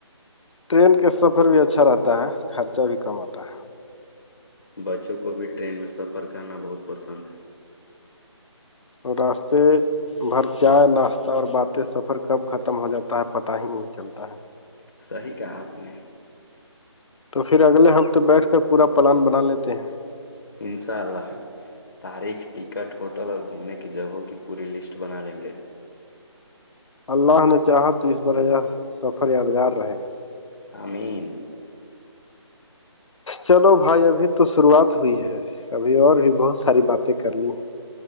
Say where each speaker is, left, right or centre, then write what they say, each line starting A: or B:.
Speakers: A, on the left (about 85°); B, on the left (about 50°).
A: ٹرین کے سفر بھی اچھا رہتا ہے خرچہ بھی کم آتا ہے
B: بچوں کو بھی ٹرین میں سفر کرنا بہت پسند ہے
A: اور راستے بھر چائے ناشتہ اور باتیں سفر کب ختم ہو جاتا ہے پت ہی نہیں چلتا ہے
B: صحیح کہا آپ نے
A: تو پھر اگلے ہفتے بیٹھ کر پورا پلان بنا لیتے ہیں
B: انساء اللہ تاریخ ٹکٹ ہوٹل اور گھومنے کی جگہوں کی پوری لسٹ بنا لیں گے
A: اللہ نے چاہا تو اس بار یہ سفر یادگار رہے گا
B: امین
A: چلو بھائی ابھی تو شروعات ہوئی ہے ابھی اور بھی بہت ساری باتیں کرنی ہے